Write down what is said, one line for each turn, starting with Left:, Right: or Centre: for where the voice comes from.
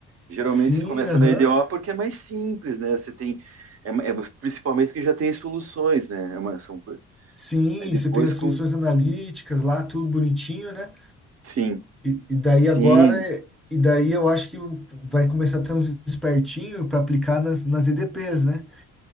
Right: Geralmente
Centre: Sim,
Right: você começa
Centre: aham.
Right: na EDO porque é mais simples, né? Você tem, é, é- principalmente porque já tem as soluções, né? É uma, são, co-
Centre: Sim,
Right: aí depois
Centre: você tem as
Right: com,
Centre: soluções analíticas lá, tudo bonitinho, né?
Right: sim,
Centre: E, e daí
Right: sim,
Centre: agora, e daí eu acho que vai começar a ter uns espertinhos para aplicar nas, nas EDPs, né?